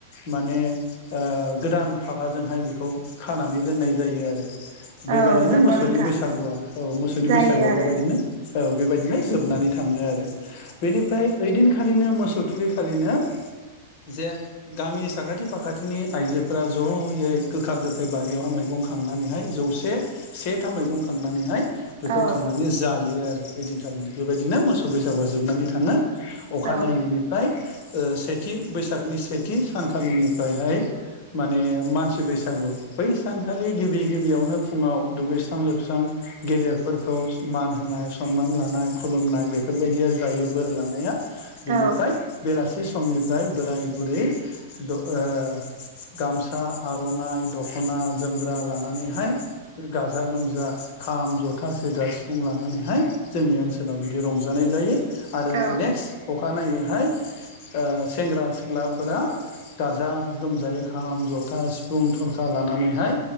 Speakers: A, on the left; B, on the right.
A: माने ओ गोदान फागाजोंहाय बेखौ खानानै दोननाय जायो आरो। बेबायदिनो
B: औ नंगौ
A: मोसौनि
B: नोंथां
A: बैसागुआ औ मोसौनि
B: जायो
A: बैसागुआ
B: आरो
A: बेबायदिनो। औ बेबायदिनो जोबनानै थाङो आरो। बेनिफ्राय ओइदिनखालिनो मोसौ थुखैखालिनो जे गामि साखाथि फाखाथिनि आइजोफोरा जयै गोखा गोखै बारियावहाय मैगं खाङो खांनानैहाय जौसे सेथा मैगं खांनानैहाय बेखौ
B: औ
A: खांनानै जायो आरो ओइदिनखालिनो बेबायदिनो मोसौ बैसागुआ जोबनानै थाङो। अखानायैनिफ्राय
B: औ औ
A: सेथि बैसा सेथि सानखालिनिफ्रायहाय माने मानसि बैसागु बै सानखालि गि गिबि गिबियावनो फुंङाव दुगैस्रां लोबस्रां गेदेरफोरखौ मान होनाय सनमान लानाय। खुलुमनाय बेफोरबायदिया जायो बोर लानाया
B: औ
A: बेनिफ्राय बेलासि समनिफ्राय बोराय बुरै द' ओ गामसा आर'नाइ दख'ना जोमग्रा लाना नैहाय गाजा गोमजा खाम जथा सेरजा सिफुं लानानैहाय जोंनि ओनसोला बिदि रंजानाय जायो। आरो
B: औ
A: नेक्स अखानायैहाय ओ सेंग्रा सिख्लाफोरा गाजा गोमजायै खाम जथा सिफुं थरखा लानानैहाय